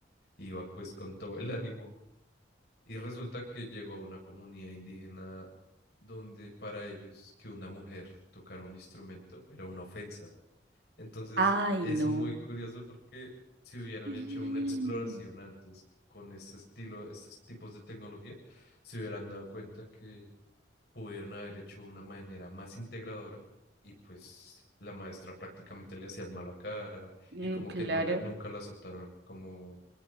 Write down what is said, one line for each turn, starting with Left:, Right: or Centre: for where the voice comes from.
Left: iba pues con todo el ánimo, y resulta que llegó a una comunidad indígena donde para ellos que una mujer tocara un instrumento era una ofensa. Entonces,
Right: Ay,
Left: es
Right: no.
Left: muy curioso porque si hubieran
Right: Mm,
Left: hecho una exploración antes con este estilo, estos tipos de tecnología, se hubieran dado cuenta que pudieron haber hecho una manera más integradora y pues la maestra prácticamente le hacían mala cara
Right: Mm,
Left: y como
Right: claro.
Left: que no la- nunca la aceptaron como